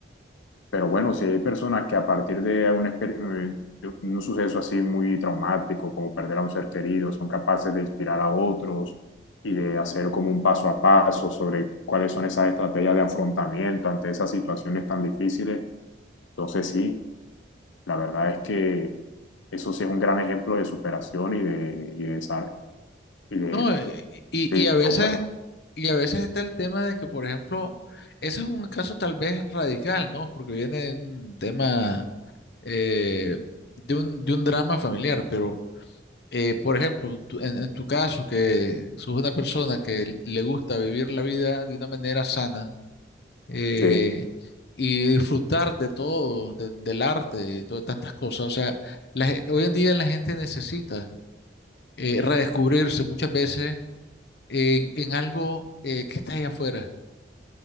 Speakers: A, on the left (about 85°); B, on the left (about 55°).
A: pero bueno, si hay personas que a partir de un, exper- eh, de un suceso así muy traumático, como perder a un ser querido, son capaces de inspirar a otros y de hacer como un paso a paso sobre cuáles son esas estrategias de afrontamiento ante esas situaciones tan difíciles. Entonces, sí, la verdad es que eso sí es un gran ejemplo de superación y de, y de, sal- y de,
B: No, eh, y,
A: sí,
B: y a veces,
A: completamente.
B: y a veces está el tema de que, por ejemplo, ese es un caso tal vez radical, ¿no? Porque viene de un tema eh, de un, de un drama familiar, pero, eh, por ejemplo, tú- en, en tu caso, que sos una persona que le gusta vivir la vida de una manera sana eh,
A: sí,
B: y disfrutar de todo, de- del arte y todas tantas cosas, o sea, la ge- hoy en día la gente necesita eh, redescubrirse muchas veces en, en algo eh, que está ahí afuera,